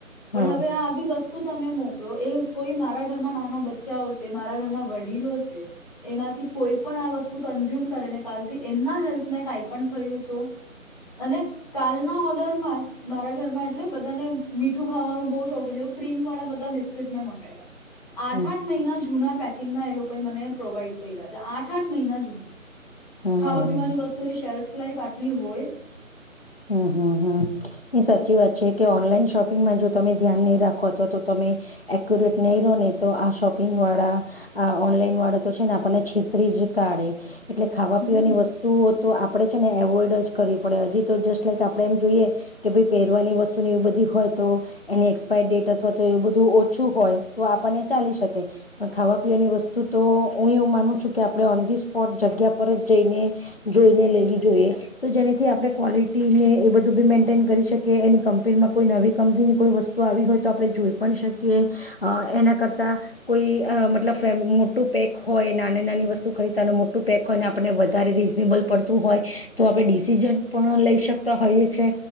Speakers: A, on the left; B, in the centre.
A: હમ
B: પણ હવે આ આવી વસ્તુ તમે મોકલો એ કોઈ મારા ઘરમાં નાના બચ્ચાઓ છે મારા ઘરમાં વડીલો છે એમાંથી કોઈ પણ આ વસ્તુ કન્ઝ્યુમ ને કાલ થી એમના હેલ્થ ને કાંઈ પણ થયું તો અને કાલના ઓર્ડર માં જ મારા ઘરમાં એટલે બધાને મીઠું ખાવાનું બહુ શોખીન છે ક્રીમ વાળા બધા બિસ્કીટ મેં મંગાવ્યા આઠ
A: હમ
B: આઠ મહિના જૂના પેકિંગના એ લોકો મને પ્રોવાઈડ કરી રહ્યા છે આઠ આઠ મહિના જૂના
A: હમ
B: ખાવા પીવાની વસ્તુની શેલ્ફ લઇફ આટલી હોય
A: હમ હમ હમ એ સાચી વાત છે કે ઓનલાઈન શોપિંગમાં જો તમે ધ્યાન નહી રાખો અવા તો તમે એક્યુરેટ નહી રહો ને તો આ શોપિંગ વાળા ઓનલાઈન વાળા તો છે ને છેતરી જ કાઢે એટલે ખાવા
B: હમ
A: પીવાની વસ્તુઓ તો આપડે છે ને એવોઈડ જ કરી પડે હજી તો જસ્ટ લાઈક આપણે એમ જોઈએ કે ભાઈ પહેરવાની વસ્તુ ની એ બધી હોય તો એની એક્સપાયર ડેટ અથવા તો એવું બધું ઓછું હોય તો આપણને ચાલી શકે પણ ખાવા પીવાની વસ્તુ તો માનું છું કે આપણે ઓન ધી સ્પોટ જગ્યા પર જ જઈને જોઈને લેવી જોઈએ તો જેનાથી આપ આપણે ક્વોલિટીને એ બધું બી મેન્ટેન કરી શકીએ એની કં્પેનમાં કોઈ નવી કંપની કોઈ વસ્તુ આવી હોય તો આપણે આપ જોઈ પણ શકીએ એના કરતા કોઈ મતલબ ફ મોટું પેક હોય નાની નાની વસ્તુ ખરીદતા મોટું પેક હોય અને આપને વધારે રીઝનેબલ પડતું હોય તો આપડે ડિસિઝન પણ લઈ શકતા હોઈએ છે